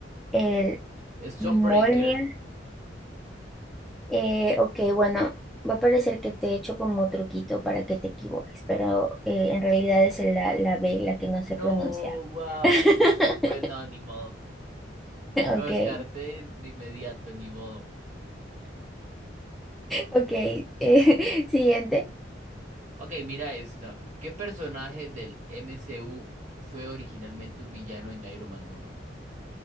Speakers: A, in the centre; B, on the right (about 40°).
A: el
B: Es Stormbreaker.
A: Mjolnir, Eh, ok, bueno, va a parecer que te he hecho como truquito para que te equivoques, pero eh, en realidad es la, la B, la que no sé
B: No,
A: pronunciar.
B: wow.
A: <laughs>
B: Pues no, ni modo. Lo
A: Ok,
B: descarté de inmediato, ni modo.
A: ok. eh, <laughs> siguiente.
B: Ok, mira esta. ¿Qué personaje del MCU fue originalmente un villano en Iron Man uno?